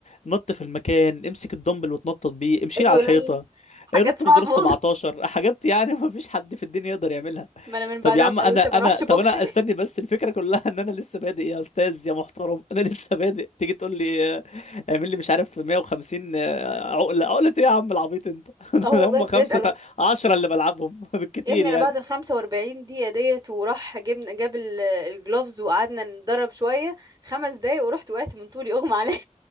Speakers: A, on the left; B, on the right.
A: نط في المكان امسك الدمبل وتنطط بيه امشي
B: ايوه
A: على الحيطه
B: لا
A: آه،
B: حاجات
A: نط
B: صعبة
A: من دور ال 17
B: والله
A: حاجات يعني <laughs> مفيش حد في الدنيا يقدر يعملها
B: ما انا من
A: طب
B: بعدها
A: يا عم
B: قررت
A: انا انا
B: ما اروحش بوكسنج
A: طب انا استني بس الفكره كلها ان انا لسه بادئ يا استاذ يا محترم <laughs> انا لسه بادئ تيجي تقول لي آه، اعمل لي مش عارف 150 آه، عقله عقله ايه يا عم العبيط انت <laughs>
B: اه والله
A: هم
B: بجد
A: خمسه
B: انا
A: تا- عشرة اللي بلعبهم <laughs> بالكتير
B: يا ابني
A: يعني
B: انا بعد ال 45 دقيقة ديت وراح جبنا جاب ال- الجلوفز وقعدنا نتدرب شوية خمس دقايق ورحت وقعت من طولي اغمى عليا